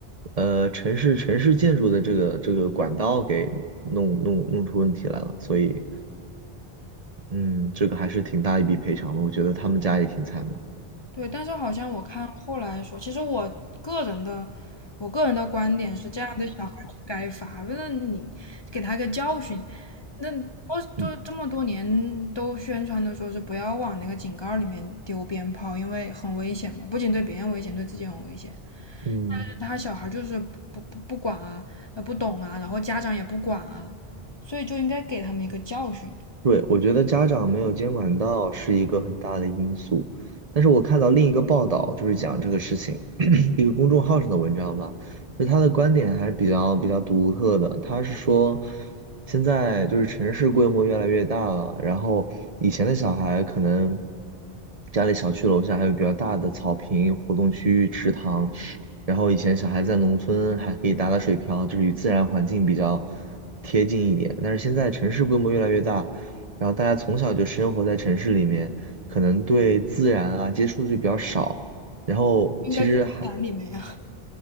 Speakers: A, on the right; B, on the left.
A: 呃城市城市建筑的这个这个管道给弄弄弄出问题来了，所以。嗯，这个还是挺大一笔赔偿的，我觉得他们家也挺惨的。
B: 对，但是好像我看后来说，其实我个人的，我个人的观点是，这样的小孩儿就该罚，为了你给他个教训。那我都这么多年都宣传的说是不要往那个井盖儿里面丢鞭炮，
A: 嗯
B: 因为很危险嘛，不仅对别人危险，对自己很危险。
A: 嗯。
B: 他小孩就是不不不管啊，呃不懂啊，然后家长也不管啊，所以就应该给他们一个教训，
A: 对，我觉得家长没有监管到是一个很大的因素，但是我看到另一个报道，就是讲这个事情，<coughs> <clears throat> 一个公众号上的文章吧，就他的观点还是比较比较独特的。他是说，现在就是城市规模越来越大了，然后以前的小孩可能家里小区楼下还有比较大的草坪、活动区域、池塘，然后以前小孩在农村还可以打打水漂，就是与自然环境比较贴近一点，但是现在城市规模越来越大。然后大家从小就生活在城市里面，可能对自然啊接触就比较少。然后其实还
B: 应该去自然里面呀、